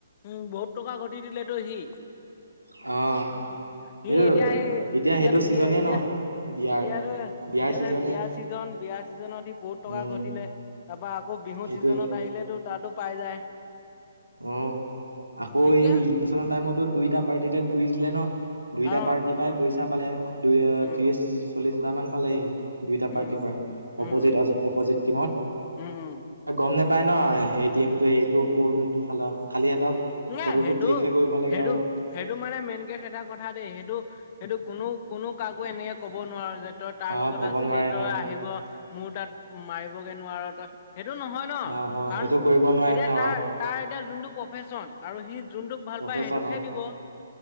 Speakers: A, on the left; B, on the right.
A: উম, বহুত টকা ঘটি দিলেতটো সি।
B: অ।
A: সি
B: সেইটো
A: এতিয়া সেই,
B: এতিয়া
A: এতিয়াতো
B: সেইটো ছিজনে
A: বিয়া এতিয়া।
B: ন বিয়াৰ
A: এতিয়াাতো,
B: বিয়াৰ
A: এতিয়াতো
B: ছিজনে
A: বিয়া। চিজন বিয়া চিজনত সি বহুত টকা
B: উম
A: ঘটিলে। তাৰ পৰা আকৌ বিহুত
B: সেইটোৱে
A: ছিজনত আহিলেতো। তাতো পাই যায়।
B: অ' আকৌ
A: তেতিয়া
B: ই ইলেকচন টাইমতো দুইটা পাৰ্টিটে ঘূৰি দিলে ন। দুইটা
A: অ অ
B: পাৰ্টি পাই পইচা পালে,
A: উম
B: ত্ৰিশ চল্লিশ হাজাৰ মান পালে ই। দুয়োটা
A: উম
B: পাৰ্টীৰ পৰাই,
A: উম
B: অপজিট
A: উম
B: অজিত অপজিট কিমান।
A: উম উম
B: গম নোপাই ন, সেইদিনাটোৱ এইটো কোন? ফালা খালী এটা,
A: নাই
B: ফটোটো
A: সেইটো
B: ক্লিকহে কৰিব লাগে
A: সেইটো
B: আৰু।
A: সেইটো মানে মেইন কেচ এটা কথা দেই। এইটো এইটো কোনো কোনো কাকো এনে ক'ব নোৱাৰো যে তাত। তাৰ
B: অ
A: লগত
B: ক'ব
A: আছিলি,
B: নোৱাৰে
A: তই
B: অ
A: আহিব, মোৰ তাত মাৰিবগে নোৱাৰ তই। সেইটো নহয় ন,
B: অ অ
A: কাৰণ
B: সেইটো কৰিব নোৱাৰে
A: এতিয়া তাৰ,
B: অ
A: তাৰ এতিয়া যোনটো প্ৰফেচন আৰু সি যোনটোক ভাল
B: প্ৰফেচন
A: পায়, সেইটোক
B: অ
A: হে দিব।